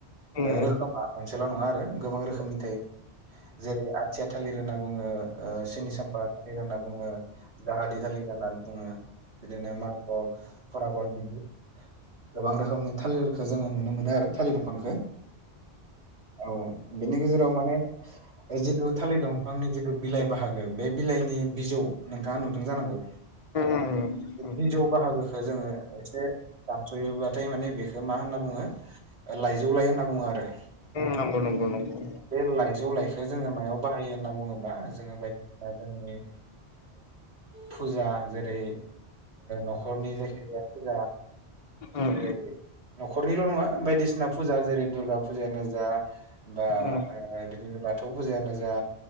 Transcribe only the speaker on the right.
रोखोमा
मोनसेल' नङा आरो गोबां रोखोमनि थायो जेरै आथिया थालिर होनना बुङो सैनि साम्पा थालिर होनना बुंङो जाहादि दालि होननानै बुङो बिदिनो मालभक फोरागल बिदि गोबां रोखोमनि थालिरखौ जोङो नुनो मोनो आरो थालिर दंफांखो औ बिनि गेजेराव माने जिथु थालिर दंफांनि जिथु बिलाइ बाहागो बे बिलाइनि बिजौ न नोंथाङा नुदों जानांगौ
बे
बिजौ बाहागोखौ जोङो एसे दानस'योबाथाय माने बेखौ मा होनना बुङो लाइजौ लाय होनना बुङो आरो
बे लाइजौ लाइखो जोङो मायाव बाहायो होनना बुङोबा जोङो बायदिसिना जोंनि फुजा जेरै न'खरनि जायखिजाया फुजा
जेरै न'खरनिल' नङा बायदिसिना फुजा जेरै दुर्गा फुजायानो जा बा
बिदिनो बाथौ बाथौ फुजायानो जा